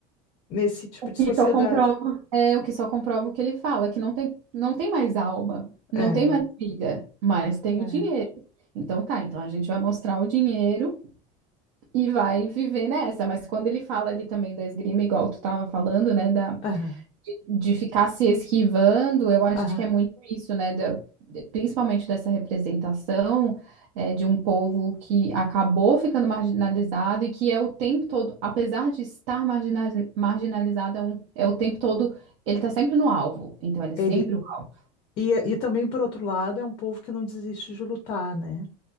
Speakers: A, on the left (about 30°); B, on the right (about 65°).
A: nesse tipo
B: O que
A: de sociedade.
B: só comprova. É, o que só comprova o que ele fala, que não tem, não tem mais alma, não
A: É,
B: tem mais vida, mas tem
A: é.
B: o dinheiro. Então tá, então a gente vai mostrar o dinheiro e vai viver nessa. Mas quando ele fala ali também da esgrima, igual tu tava falando, né, da,
A: Aham,
B: de ficar se esquivando, eu acho
A: aham.
B: que é muito isso, né? da- de- principalmente dessa representação é, de um povo que acabou ficando marginalizado e que é o tempo todo, apesar de estar margina- marginalizado, é, um- é o tempo todo, ele tá sempre no alvo. Então, ele é
A: Ele,
B: sempre o alvo.
A: e, e também, por outro lado, é um povo que não desiste de lutar, né?